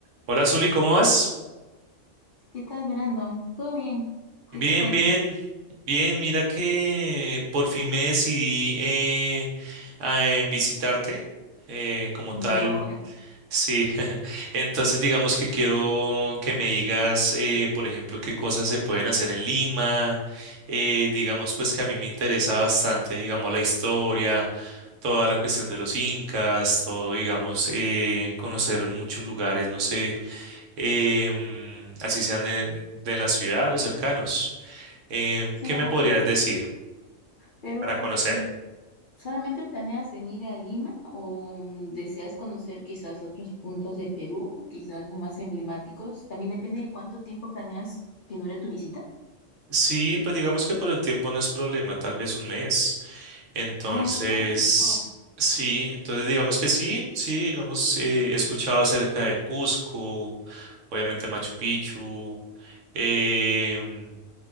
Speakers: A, on the right (about 70°); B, on the left (about 55°).
A: Hola, Zuli, ¿cómo vas?
B: ¿Qué tal, Brandon? ¿Todo bien?
A: Bien,
B: ¿Qué te cuentas?
A: bien, bien. Mira que por fin me decidí eh, a en visitarte eh, como
B: ¿Y
A: tal.
B: era hora?
A: Sí, <laughs> entonces digamos que quiero que me digas, eh, por ejemplo, qué cosas se pueden hacer en Lima. eh, digamos pues que a mí me interesa bastante, digamos, la historia, toda la cuestión de los incas, todo, digamos, eh, conocer muchos lugares, no sé em, así sean de, de la ciudad o cercanos. Em,
B: Claro,
A: ¿qué me podrías decir
B: pero
A: para conocer?
B: mm, ¿solamente planeas venir a Lima o mm, deseas conocer quizás otros puntos de Perú, quizás los más emblemáticos? También depende de cuánto tiempo planeas que dure tu visita.
A: Sí, pues digamos que por el tiempo no es problema, tal vez un mes. Entonces,
B: Ah, es bastante. Wow.
A: sí, entonces digamos que sí, sí, digamos, eh, he escuchado acerca de Cusco, obviamente Machu Picchu. em,